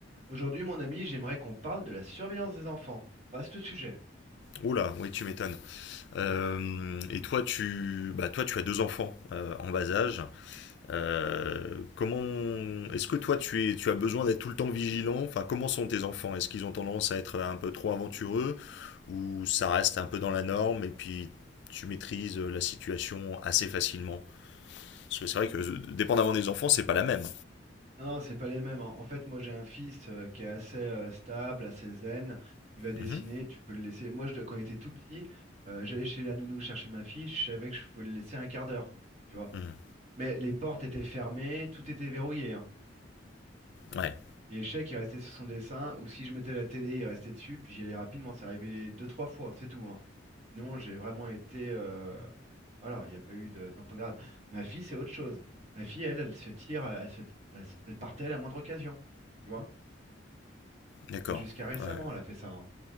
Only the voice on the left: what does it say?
Oula, oui, tu m'étonnes. Euh, et toi, tu, bah, toi, tu as deux enfants euh, en bas âge. Euh, comment, est-ce que toi, tu es, tu as besoin d'être tout le temps vigilant? Enfin, comment sont tes enfants? Est-ce qu'ils ont tendance à être un peu trop aventureux ou ça reste un peu dans la norme et puis tu maîtrises euh, la situation assez facilement? Parce que c'est vrai que euh, dépendamment des enfants, c'est pas la même.
Mhm.
Mhm.
Ouais,
d'accord.
Ouais.